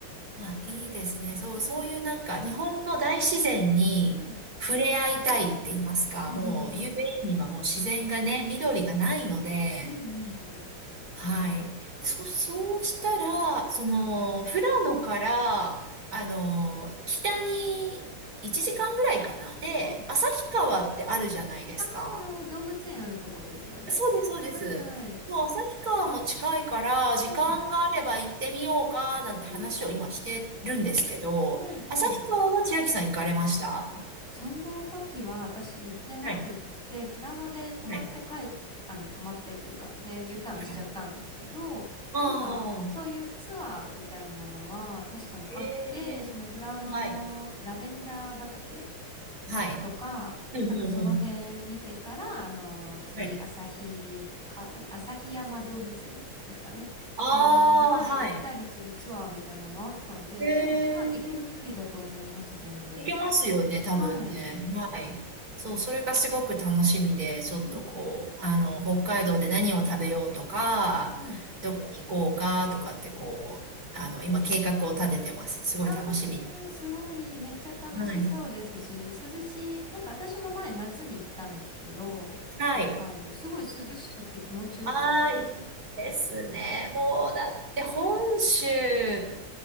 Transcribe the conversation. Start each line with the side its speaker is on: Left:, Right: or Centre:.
Right: まあ、いいですね。そう、
Centre: うん。
Right: そういうなんか、日本の大自然に触れ合いたいって言いますか、
Centre: うん。<laughs>
Right: もう有名にはもう自然がね、緑がないので、
Centre: うんうんうん。
Right: はい。で、そ、そうしたら、その、富良野から、あの、北に1時間ぐらいかな。で、
Centre: はい。
Right: 旭川ってあるじゃないですか。
Centre: あー、あの、動物園あるところですよね。
Right: そうです、そうです。
Centre: はいはい。
Right: そう、旭川も近いから、時間があれば行ってみようか、
Centre: うん。
Right: なんて話を今してるんですけど、
Centre: うん。はいはい。
Right: 旭川は千秋さん行かれました
Centre: あ、その時は私行ってなくって、
Right: はい、
Centre: 富良野で泊まって帰っ、
Right: はい、
Centre: あの、泊まってっていうか、で、U ターンしちゃったんですけど、
Right: はい。あ
Centre: なんか、
Right: あ、
Centre: そういうツアーみたいなのは確かにあって、
Right: へえ、
Centre: その富良野のラベンダー畑
Right: はい、はい。
Centre: とか、
Right: うん、うん、
Centre: なんかその辺見てから、
Right: うん。
Centre: あの、次、
Right: はい。
Centre: 旭か、え、旭山動物園ですかね。
Right: ああ、
Centre: に、はい、
Right: はい。
Centre: 行ったりするツアーみたいなのあったんで、
Right: ええ
Centre: でも、はい、行ける距離だと思います、全然。
Right: いけますよね、多分ね。
Centre: はい。
Right: はい。そう、それがすごく楽しみで、ちょっとこう、
Centre: うん、
Right: あの、北海道で何を食べようとか、
Centre: うん。
Right: どこに行こうかとかってこう、
Centre: うん
Right: あの、今計画を立ててます。すごい楽しみ。
Centre: あー、すごい、めっちゃ楽しそうですし、
Right: はい。
Centre: 涼しい、なんか私も前夏に行ったんですけど、
Right: はい。
Centre: 北海道、すごい涼しくて気持ちよかったです。
Right: ああ、いいですね。もう、だって本州、東